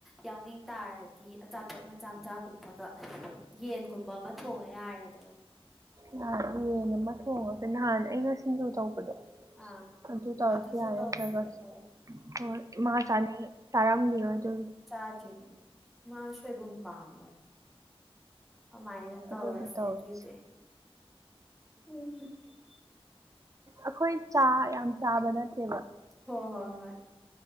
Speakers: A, in the centre; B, on the right (about 35°).
A: ꯌꯥꯎꯅꯤꯡ ꯇꯥꯔꯗꯤ ꯑꯆꯥꯄꯣꯠ ꯃꯆꯥ ꯃꯆꯥꯒꯨꯝꯕꯒ ꯌꯦꯟꯒꯨꯝꯕ ꯑꯃ ꯊꯣꯡꯉ ꯌꯥꯔꯦꯗꯅ
B: ꯅꯍꯥꯟ ꯌꯦꯟ ꯑꯃ ꯊꯣꯡꯉꯒꯦ ꯅꯍꯥꯟ ꯑꯩꯅ ꯁꯤꯡꯖꯨ ꯇꯧꯕꯗꯣ
A: ꯑꯥ
B: ꯑꯗꯨ ꯇꯧꯔꯁꯨ
A: ꯑꯗꯨꯁꯨ
B: ꯌꯥꯔꯦ
A: ꯇꯧꯁꯦ
B: ꯅꯠꯇ꯭ꯔꯒꯁ
A: ꯍꯣꯏ
B: ꯍꯣꯏ ꯃꯥ ꯆꯥꯅꯤ ꯆꯥꯔꯝꯒꯤꯔꯣꯏ ꯑꯗꯨ
A: ꯆꯥꯗ꯭ꯔꯤꯝꯅꯦ ꯃꯥ ꯁꯣꯏꯕꯨꯝ ꯄꯥꯝꯕꯅꯦ ꯑꯃꯥꯏꯅ ꯇꯧꯔꯁꯦ
B: ꯑꯗꯨꯗꯣ ꯇꯧꯔꯁꯤ
A: ꯇꯣꯏꯇꯤ <unintelligible>
B: ꯑꯈꯣꯏ ꯆꯥ ꯌꯥꯝ ꯆꯥꯕ ꯅꯠꯇꯦꯕ
A: ꯍꯣꯏ ꯍꯣꯏ ꯍꯣꯏ